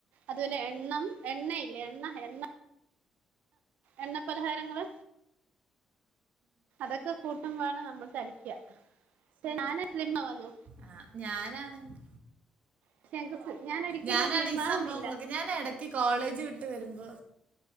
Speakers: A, on the right; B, on the right.
A: അതുപോലെ എണ്ണം എണ്ണയില്ലേ എണ്ണ എണ്ണ എണ്ണ പലഹാരങ്ങള്, അതൊക്കെ കൂട്ടുമ്പോാണ് നമ്മൾ തടിക്ക ശ <unintelligible> വന്നു
B: ആ ഞാനാണെങ്കി
A: പക്ഷെ എനിക്ക് ഞാൻ ഒരിക്കലും
B: ഞാനാണ്
A: സ്ലിം
B: ഈ
A: ആവുന്നില്ല
B: സംഭവങ്ങളൊക്കെ ഞൻ ഇടക്ക് കോളേജ് വിട്ട് വരുമ്പോ